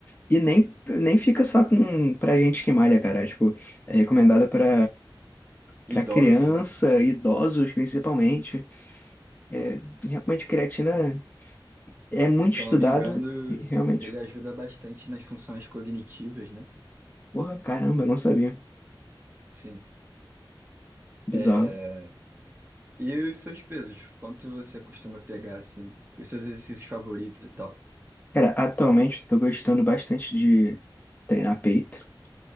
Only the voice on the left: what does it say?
E nem, nem fica só com, pra gente que malha, cara. Tipo, é recomendada para
para criança,
idosos principalmente. É, realmente, creatina é muito
estudado
e realmente,
porra, caramba, eu não sabia.
Bizarro.
Cara, atualmente eu tô gostando bastante de treinar peito